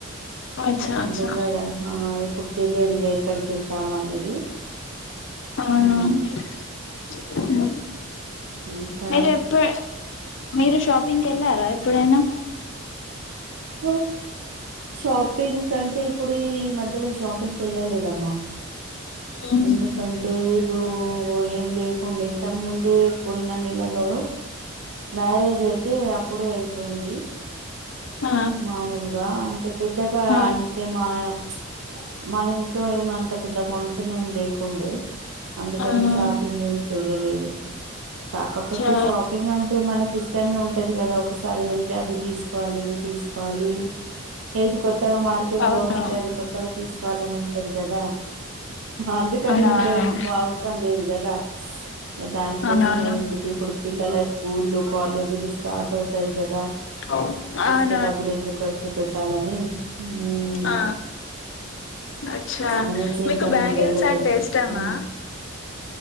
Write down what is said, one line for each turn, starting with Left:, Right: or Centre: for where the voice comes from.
Left: అచ్చా అచ్చా
Right: దున్నడం ఆ ఇప్పుడు తెలియదు ఇగ ఎక్కడికి వెళ్తాము అనేది
Left: అవునా
Right: హ్మ్.
Left: ఉ
Right: ఇంకా
Left: మీరు ఎప్పు మీరు షాపింగ్ కెళ్లారా ఎప్పుడైనా
Right: ఉ షాపింగ్ కంటే ఇప్పుడు ఈ మధ్యలో షాపింగ్ కెళ్ళలేదమ్మా
Left: ఉమ్.
Right: ఎందుకంటే ఇప్పుడు ఏం లేకుండే ఇంతకుముం దే పోయిన నెలలో మ్యారేజ్ అయితే అప్పుడే అయిపోయింది
Left: ఆ
Right: మామూలుగా అంటే పెద్దగా
Left: ఆ
Right: అంటే మాయ ప్చ్ మా ఇన్ ట్లో ఏమంత పెద్ద ఫంక్షన్ ఏం లేకుండే అందుకని
Left: అవును
Right: షాపింగ్ ఏం చెయలేదు కాకపోతే
Left: చ
Right: షాపింగ్ అంటే మనక్ ఇష్టమే ఉంటది కదా ఒకసారి వెళ్తే అవి తీసుకోవాలి ఇవి తీసుకోవాలి ఏది కొద్ కొత్తగా మార్కెట్
Left: అవును
Right: లో వస్తే అది కొత్తగా తీసుకోవాలని ఉంటది కదా అందుకని
Left: అవునవును
Right: ఇప్పుడు ఏం అవసరం లేదు కదా దానికోసం
Left: అవునవును
Right: అని ఎందుకు ఇప్పు ఇప్పుడు పిల్లల స్కూళ్లు కాలేజీలు స్టార్ట్ అవుతాయి కదా
Left: అవును ఆవును
Right: ఇప్ డబ్బులు ఎందుకు ఖర్చు పెట్టాలని ఉమ్,
Left: ఆ అచ్చా
Right: అనేసి
Left: మీకు
Right: ఇంకా
Left: బ్యాంగిల్స్
Right: మేము వెళ్ళలేదు
Left: అంటే ఇష్టామా
Right: ఉమ్.